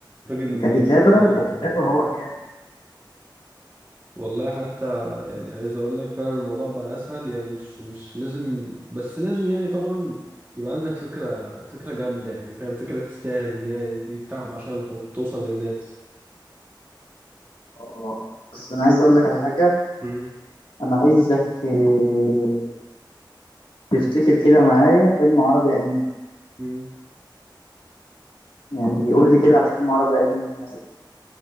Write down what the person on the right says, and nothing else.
راجل
راجل طرش
بصراحة
والله حتى يعني عايز اقول لك فعلا الموضوع بقى اسهل يعني مش مش لازم بس لازم يعني طبعا يبقى عندك فكرة فكرة جامدة يعني فاهم فكرة تستاهل ان هي يتعب عشانها وتوصل للناس
مم.
مم.